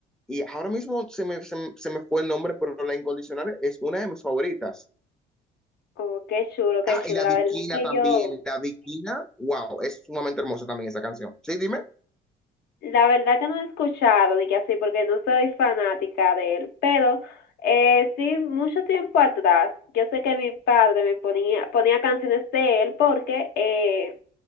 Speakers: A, in the centre; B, on the left.
A: y ahora mismo se me, se, me- se me fue el nombre, pero La Incondicional es una de mis favoritas.
B: Oh, qué chulo, qué
A: Ah,
B: chulo.
A: y La
B: La
A: Bikina
B: verdad que
A: también.
B: yo,
A: La Bikina, wow, es sumamente hermosa también esa canción. Sí, dime.
B: la verdad que no he escuchado, dije así, porque no soy fanática de él. Pero eh, sí, mucho tiempo atrás, yo sé que mi padre me ponía, ponía canciones de él porque eh,